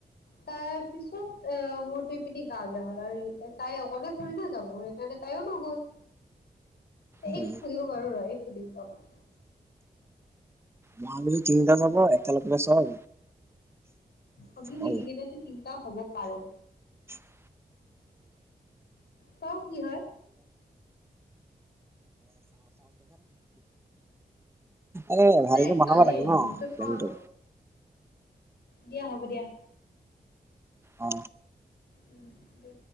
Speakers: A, on the left; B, on the right.
A: তাৰ পিছত, অ মোৰ ত পপিনি গা বেয়া হ'ল, আৰু তাই অকলে ঠোৰি না যাব সেইকাৰণে তাইও নগ'ল। এই
B: মই
A: <unintelligible> বাৰু ৰ এইকো দিম, বাবু
B: মাঘবিহু তিনিটা যাব একেলগে চব।
A: আমি মিলিকেনে
B: অ
A: নো তিনিটা হ'ব পাৰোঁ।
B: <inaudible> <inaudible>
A: চাও কি হয়
B: এই ভালকে
A: আৰে
B: বনাব
A: কালিৰ
B: লাগে ন,
A: দিনটো
B: প্লেনটো।
A: চাও ন দিয়া হ'ব দিয়া
B: অ।
A: উম, দে।